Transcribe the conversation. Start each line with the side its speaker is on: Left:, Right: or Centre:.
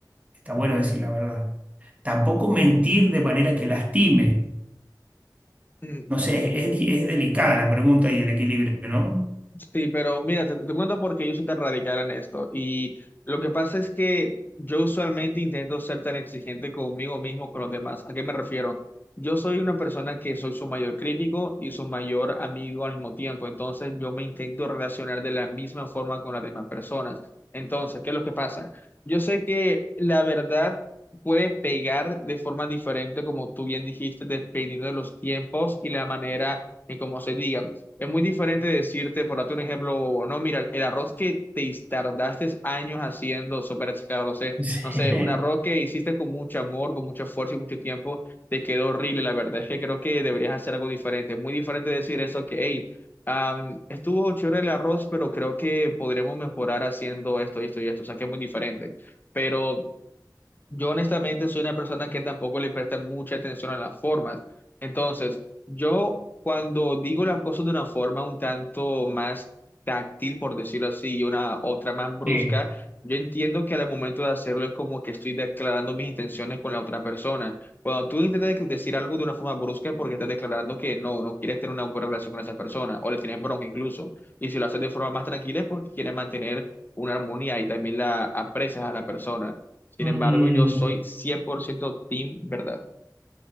Right: está bueno decir la verdad. Tampoco mentir de manera que lastime.
Left: Mm,
Right: No sé, es, es delicada la pregunta y el equilibrio, ¿no? <laughs>
Left: Sí, pero mira, te, te cuento porque yo soy tan radical en esto. Y lo que pasa es que yo usualmente intento ser tan exigente conmigo mismo, con los demás. ¿A qué me refiero? Yo soy una persona que soy su mayor crítico y su mayor amigo al mismo tiempo. Entonces, yo me intento relacionar de la misma forma con las demás personas. Entonces, ¿qué es lo que pasa? Yo sé que la verdad puede pegar de forma diferente, como tú bien dijiste, dependiendo de los tiempos y la manera en cómo se diga. Es muy diferente decirte, por darte un ejemplo, no, mira, el arroz que te tardaste años haciendo, súper exagerado, no sé,
Right: Sí.
Left: no sé, un arroz que hiciste con mucho amor, con mucho esfuerzo y mucho tiempo, te quedó horrible. La verdad es que creo que deberías hacer algo diferente. Es muy diferente decir eso que, hey, am, estuvo chévere el arroz, pero creo que podremos mejorar haciendo esto y esto y esto. O sea, que es muy diferente. Pero yo honestamente soy una persona que tampoco le presta mucha atención a las formas. Entonces, yo cuando digo las cosas de una forma un tanto más táctil, por decirlo así, y una otra más brusca,
Right: Sí.
Left: yo entiendo que al momento de hacerlo es como que estoy declarando mis intenciones con la otra persona. Cuando tú intentas dec- decir algo de una forma brusca es porque estás declarando que no, no quieres tener una buena relación con esa persona o le tienes bronca incluso. Y si lo haces de forma más tranquila es porque quieres mantener una armonía y también la aprecias a la persona. Sin
Right: Mm,
Left: embargo, yo soy 100% team verdad.